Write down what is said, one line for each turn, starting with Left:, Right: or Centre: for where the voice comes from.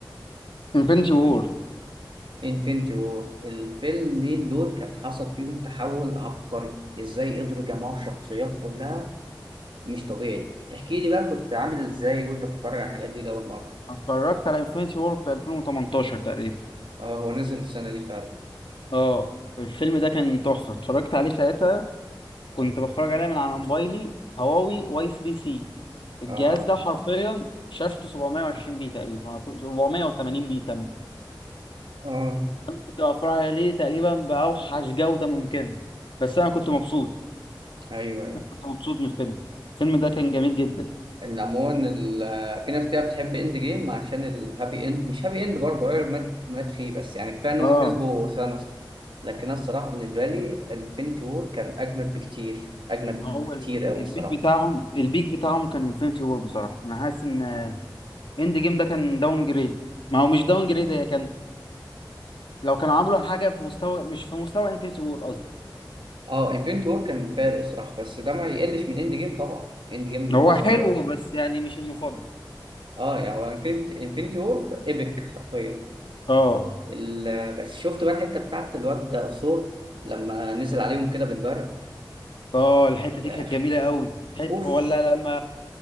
Left: انفينيتي وور
Right: انفينيتي وور الفيلمين دول كان حصل فيهم تحول عبقري ازاي قدروا يجمعوا الشخصيات كلها مش طبيعي احكي لي بقى كنت عامل ازاي وانت بتتفرج على الحاجات دي لاول مره
Left: اتفرجت على انفينيتي وور في 2018 تقريبا
Right: اه هو نزل السنه دي فعلا
Left: اه الفيلم ده كان تحفة اتفرجت عليه ساعتها كنت بتفرج عليها من على موبايلي هواوي واي 3 سي الجهاز
Right: اه
Left: ده حرفيا شاشته 720 بي تقريبا أو 780 بي تمام
Right: اه
Left: انا كنت بتفرج عليه تقريبا باوحش جودة ممكنة بس انا كنت مبسوط
Right: ايوه ايوه
Left: كنت مبسوط من الفيلم الفيلم ده كان جميل جدا
Right: ان عموما ال- في ناس كتير بتحب اند جيم عشان الهابي اند مش هابي اند برضه ايرون مات مات فيه بس يعني كفايه ان هم
Left: اه
Right: كسبوا ثانوس لكن انا الصراحه بالنسبه لي انفينيتي وور كان اجمد بكتير اجمد
Left: هو
Right: بكتير
Left: ال-
Right: قوي
Left: البيك
Right: الصراحه
Left: بتاعهم البيك بتاعهم كان انفينيتي وور بصراحة انا حاسس ان اند جيم ده كان داون جريد ما هو مش داون جريد هي كان لو كانوا عملوا حاجة في مستوى مش في مستوى انفينيتي وور قصدي
Right: اه انفينيتي وور كان فارق الصراحه بس ده ما يقلش من اند جيم طبعا اند جيم
Left: هو
Right: عظمه
Left: حلو
Right: برضه
Left: بس يعني مش المفضل
Right: اه يعني هو انفينيتي انفينيتي وور ايبك حرفيا
Left: اه
Right: ال- بس شفت بقى الحته بتاعت الواد ده ثور لما نزل عليهم كده بالبرق
Left: اه الحته
Right: في الاخر
Left: دي كانت جميله قوي حته
Right: اوف
Left: ولا لما